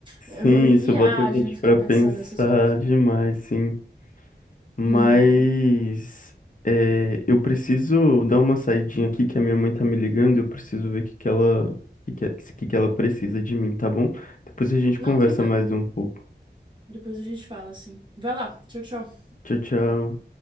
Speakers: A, on the right; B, on the left.
A: Eu,
B: Sim,
A: eu viajo
B: isso bota a gente
A: em ficar
B: pra
A: pensando
B: pensar
A: nessas coisas.
B: demais, sim. Mas
A: Uhum.
B: é, eu preciso dar uma saidinha aqui, que a minha mãe tá me ligando, e eu preciso ver o que que ela, o que que, o que que ela precisa de mim, tá bom? Depois a gente
A: Não,
B: conversa
A: tranquilo.
B: mais um pouco.
A: Depois a gente fala assim. Vai lá, tchau, tchau.
B: Tchau, tchau.